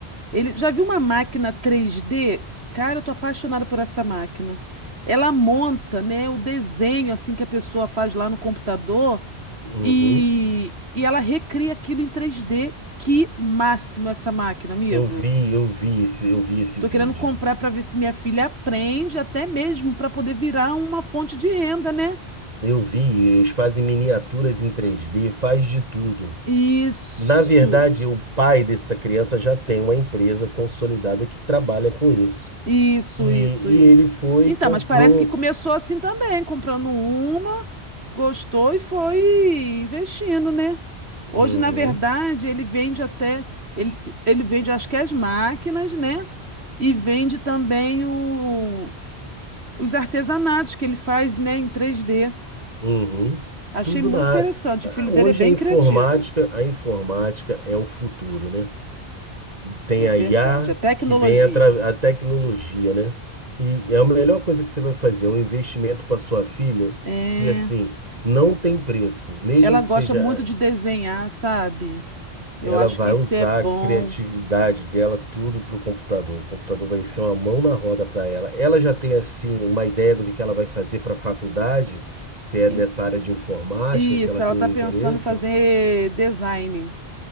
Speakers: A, on the right (about 80°); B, on the right (about 40°).
A: Ele já viu uma máquina três d Cara, eu tô apaixonada por essa máquina. Ela monta, né, o desenho assim que a pessoa faz lá no computador
B: uhum.
A: e, e ela recria aquilo em três d Que máximo essa máquina, amigo.
B: Eu vi, eu vi esse, eu vi esse
A: Tô
B: vídeo.
A: querendo comprar para ver se minha filha aprende, até mesmo para poder virar uma fonte de renda, né?
B: Eu vi, eles fazem miniaturas em três d faz de tudo.
A: Isso,
B: Na verdade, o pai dessa criança já tem uma empresa consolidada que trabalha com isso.
A: isso,
B: E,
A: isso, isso.
B: e ele foi
A: Então,
B: e comprou
A: mas parece que começou assim também, comprando uma, gostou e foi investindo, né?
B: Uhum,
A: Hoje, na verdade, ele vende até, ele, ele vende, acho que as máquinas, né? E vende também o- os artesanatos que ele faz, né, em 3D.
B: uhum.
A: Achei
B: tudo
A: muito
B: na área.
A: interessante.
B: Ah,
A: O filho dele
B: Hoje
A: é bem
B: a informática,
A: criativo.
B: a informática é o futuro, né? Tem
A: É verdade.
B: a IA
A: A tecnologia.
B: que vem atra- a tecnologia, né? E é a melhor coisa que você vai fazer, um investimento para sua filha
A: É,
B: que assim não tem preço, mesmo
A: ela gosta
B: que seja.
A: muito de desenhar, sabe? Eu
B: Ela
A: acho
B: vai
A: que isso
B: usar
A: é bom.
B: a criatividade dela tudo para o computador. O computador vai ser uma mão na roda para ela. Ela já tem assim uma ideia do que que ela vai fazer para a faculdade, se é
A: E-
B: nessa área de informática
A: Isso,
B: que ela
A: ela
B: tem
A: está pensando
B: interesse.
A: em fazer design,